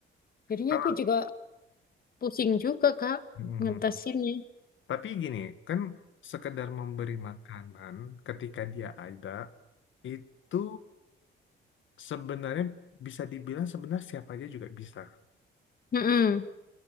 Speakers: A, on the left; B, on the left.
A: Jadinya
B: Kalau
A: aku juga pusing juga Kak
B: Mhm.
A: ngatasinnya.
B: Tapi gini, kan sekedar memberi makanan ketika dia ada itu sebenarnya bisa dibilang sebenarnya siapa aja juga bisa.
A: Mm-mm.